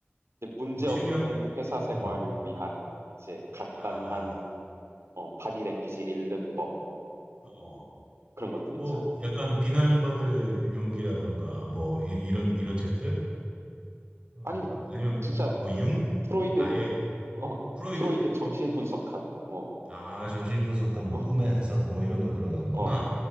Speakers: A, on the right; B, on the right.
A: 이제 문제
B: 뭐 심력
A: 없는 회사 생활을
B: 음,
A: 위한 이제 간단한
B: 아,
A: 어, 바디랭귀지 읽는 법
B: 어,
A: 그런 것들이
B: 뭐
A: 있잖아.
B: 약간 비난받을
A: 음,
B: 용기라던가
A: 음,
B: 뭐 이, 런
A: 음.
B: 이런 책들, 어,
A: 아니
B: 아니면
A: 진짜
B: 뭐 융,
A: 프로이드
B: 아예
A: 어,
B: 프로이드,
A: 프로이드 정신 분석학 뭐
B: 아 정신분석학 뭐
A: 어,
B: 꿈의 해석 뭐 이런 거 들어가는구나.
A: 어,